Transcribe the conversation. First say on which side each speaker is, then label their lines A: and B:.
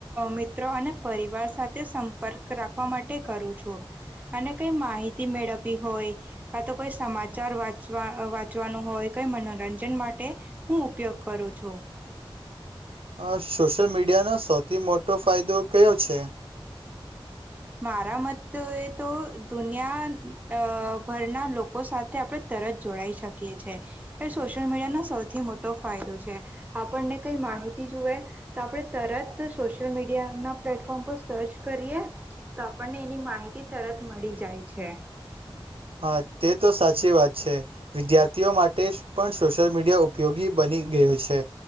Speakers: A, on the right (about 15°); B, on the right (about 75°).
A: મિત્રો અને પરિવાર સાથે સંપર્ક રાખવા માટે કરું છું અને કઈ માહિતી મેળવવી હોય કા તો કોઈ સમાચાર વાંચવા વાંચવાનું હોય કઈ મનોરંજન માટે હું ઉપયોગ કરું છું.
B: અ સોશિયલ મીડિયાનો સૌથી મોટો ફાયદો કયો છે?
A: મારા મત એ તો દુનિયા ભરના લોકો સાથે આપડે તરત જોડાઈ શકીએ છેએ એ સોશિયલ મીડિયાનો સૌથી મોટો ફાયદો છે આપણને કઈ માહિતી જોુએ તો આપણે તરત સોશિ્યલ મીડિયા ના પ્લેટફોર્મ પર સર્ચ કરીએ તો આપણને એની માહિતી તરત મળી જાય છે.
B: હા તે તો સાચી વાત છે વિદ્યાર્થીઓ માટે પણ સોશિયલ મીડિયા ઉપયોગી બની ગયું છે